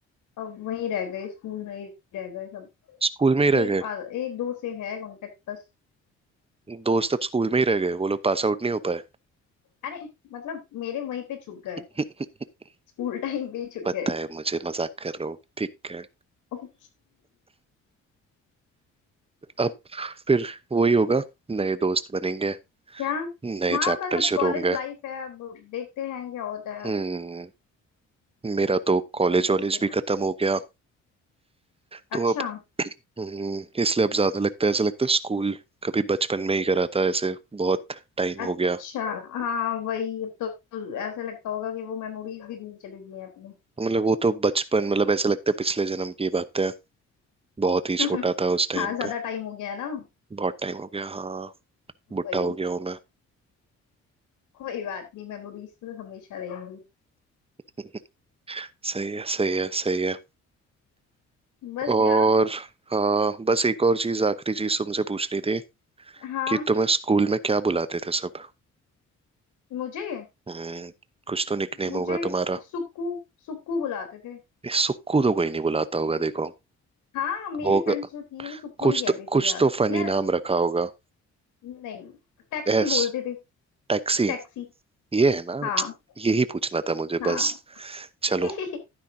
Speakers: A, on the left (about 80°); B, on the right (about 20°).
A: अब वहीं रह गए स्कूल में ही रह गए सब
B: स्कूल में ही रह
A: एक
B: गए
A: आध- एक दो से है कांटेक्ट बस
B: दोस्त अब स्कूल में ही रह गए वो लोग पास आउट नहीं हो पाए
A: अरे मतलब मेरे वहीं पे छूट गए
B: <laughs>
A: स्कूल टाइम <laughs> पे ही छूट
B: पता
A: गए
B: है मुझे मजाक कर रहा हूँ ठीक है
A: ओके
B: अब फिर वही होगा नए दोस्त बनेंगे
A: क्या
B: नए
A: हाँ
B: चैप्टर
A: बस अब
B: शुरू
A: कॉलेज
B: होंगे
A: लाइफ है अब देखते हैं क्या होता है
B: हम्म मेरा तो कॉलेज
A: बस
B: वॉलेज
A: यार
B: भी खत्म हो गया तो
A: अच्छा
B: अब <clears throat> हम्म, इसलिए अब ज्यादा लगता है ऐसा लगता है स्कूल कभी बचपन में ही करा था ऐसे बहुत टाइम
A: अच्छा
B: हो गया
A: हाँ वही अब तो तो ऐसा लगता होगा कि वो मेमोरीज भी दूर चली गई हैं अपनी
B: मतलब वो तो बचपन मतलब ऐसा लगता है पिछले जन्म की बात है बहुत ही
A: <laughs>
B: छोटा था उस टाइम
A: हाँ ज्यादा
B: पे
A: टाइम हो गया है ना
B: बहुत टाइम हो गया हाँ बुढ़ा
A: वही
B: हो गया हूँ
A: कोई बात नहीं मेमोरीज तो हमेशा रहेंगी
B: मैं सही है सही है सही है
A: बस
B: और
A: यार पर
B: हाँ बस एक और चीज आखिरी चीज तुमसे पूछनी थी
A: हाँ
B: कि तुम्हें स्कूल में क्या बुलाते थे सब
A: मुझे
B: हम्म कुछ तो निकनेम
A: मुझे
B: होगा तुम्हारा
A: सुक्कू सुक्कू बुलाते थे
B: इस सुक्कू तो कोई नहीं बुलाता होगा देखो
A: हाँ मेरी
B: होगा
A: फ्रेंड्स जो थी वो सुक्कू
B: कुछ
A: ही कहती
B: तो
A: थी
B: कुछ
A: यार
B: तो फनी
A: या
B: नाम रखा होगा
A: नहीं टैक्सी
B: एस
A: बोलते थे
B: टैक्सी
A: टैक्सी
B: ये है ना
A: हाँ
B: यही पूछना था मुझे
A: हाँ
B: बस चलो
A: <laughs>